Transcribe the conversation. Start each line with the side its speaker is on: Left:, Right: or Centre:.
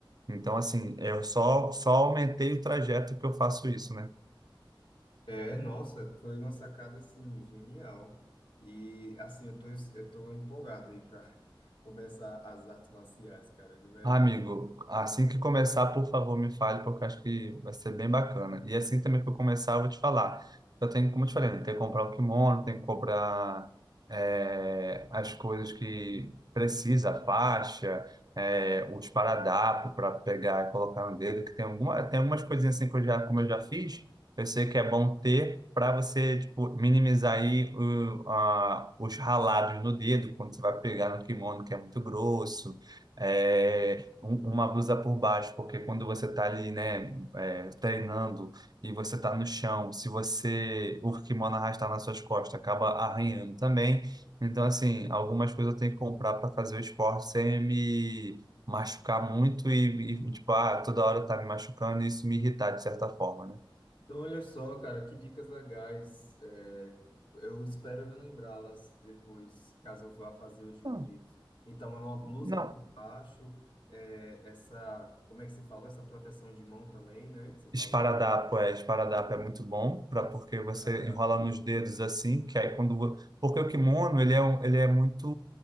Right: Então assim, eu só só aumentei o trajeto que eu faço isso, né?
Left: É, nossa, foi uma sacada assim genial. E assim, eu tô, eu tô empolgado aí para <laughs> começar as artes marciais, cara, de verdade.
Right: Ah, amigo, assim que começar, por favor, me fale, porque eu acho que vai ser bem bacana. E assim também que eu começar, eu vou te falar. Eu tenho, como eu te falei, né, tem que comprar o kimono, tem que comprar eh, as coisas que precisa, a faixa, eh, os paradapos para pegar e colocar no dedo, que tem alguma, tem algumas coisinhas assim que eu já, como eu já fiz, eu sei que é bom ter para você, tipo, minimizar aí o- a- os ralados no dedo, quando você vai pegar no kimono, que é muito grosso é, um- uma blusa por baixo, porque quando você está ali, né, é, treinando e você está no chão, se você o kimono arrastar nas suas costas, acaba arranhando também. Então, assim, algumas coisas eu tenho que comprar para fazer o esporte sem me machucar muito e, e, tipo, ah, toda hora tá me machucando e isso me irritar de certa forma, né?
Left: Então, olha só, cara, que dicas legais. É, eu espero relembrá-las depois, caso eu vá fazer o jiu-jitsu.
Right: Então,
Left: Então, é uma blusa
Right: Não,
Left: por baixo, é, essa, como é que se falou? Essa proteção de mão também, né? Que você falou,
Right: Esparadapo, é, esparadapo é muito bom para porque você
Left: para trás.
Right: enrola nos dedos assim, que aí quando vo- porque o kimono, ele é um- ele é muito,